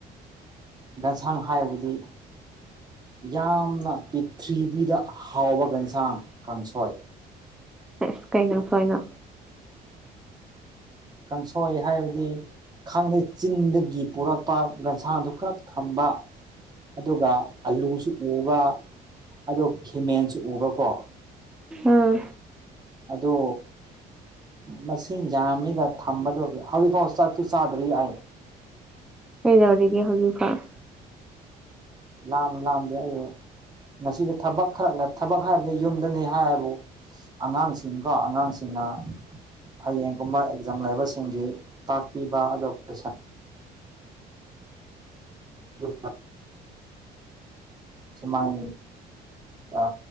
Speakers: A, on the right; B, in the centre.
A: <inaudible> ꯒꯟꯁꯥꯡ ꯍꯥꯏꯕꯨꯗꯤ ꯌꯥꯝꯅ ꯄꯤꯊ꯭ꯤꯕꯤꯗ ꯍꯥꯎꯕ ꯌꯦꯟꯁꯥꯡ ꯀꯥꯡꯁꯣꯏ
B: ꯑꯁ ꯀꯩꯒꯪ ꯁꯏꯅꯣ
A: ꯀꯥꯡꯁꯣꯏ ꯍꯥꯏꯕꯗꯤ ꯈꯪꯗꯦ ꯆꯤꯡꯗꯒꯤ ꯄꯨꯔꯛꯄ ꯒꯟꯁꯥꯗꯨ ꯈꯔ ꯊꯝꯕ ꯑꯗꯨꯒ ꯑꯂꯨꯁꯨ ꯎꯕ ꯑꯗꯨꯒ ꯈꯤꯃꯦꯟꯁꯨ ꯎꯕꯀꯣ
B: ꯎꯝ
A: ꯑꯗꯣ ꯃꯁꯤꯡ ꯌꯥꯝ ꯃꯤꯗ ꯊꯝꯕꯗꯒ ꯍꯧꯖꯤꯛꯐꯥꯎ ꯆꯥꯛꯁꯨ ꯆꯥꯗ꯭ꯔꯤ ꯌꯥꯏ <unintelligible> <inaudible>
B: ꯍ ꯌꯥꯧꯔꯒ ꯍꯧꯖꯤ ꯐꯑꯦ
A: ꯂꯝ ꯂꯝꯗ ꯃꯁꯤꯁ ꯊꯕꯛ ꯈꯔ ꯂꯩꯕ ꯊꯕꯛ ꯍꯥꯏꯕꯗꯤ ꯌꯨꯝꯗꯅꯤ ꯍꯥꯏꯕꯨ ꯑꯉꯥꯡꯁꯤꯡ ꯀꯣ ꯑꯉꯥꯡꯁꯤꯡꯅ ꯍꯌꯦꯡꯒꯨꯝꯕ ꯑꯦꯛꯖꯥꯝ ꯂꯩꯕꯁꯤꯡꯒꯤ ꯇꯥꯛꯄꯤꯕ ꯑꯗꯨꯒ ꯀꯣꯏꯁꯟ ꯑꯣ <unintelligible> <inaudible> ꯁꯃꯥꯏ ꯀ